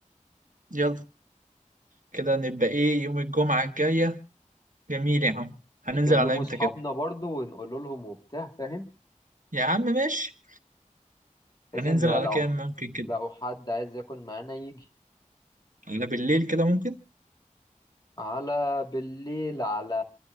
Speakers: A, on the right (about 75°); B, on the left (about 30°).
A: يلا كده نبقى إيه يوم الجمعة الجاية جميل يا عم هننزل
B: نكلموا
A: على إمتى
B: اصحابنا
A: كده
B: برضو ونقول لهم وبتاع فاهم
A: يا عم ماشي
B: بحيث
A: هننزل
B: ان
A: على
B: لو
A: كام ممكن كده
B: لو حد عايز ياكل معانا يجي
A: على بالليل كده ممكن
B: على بالليل على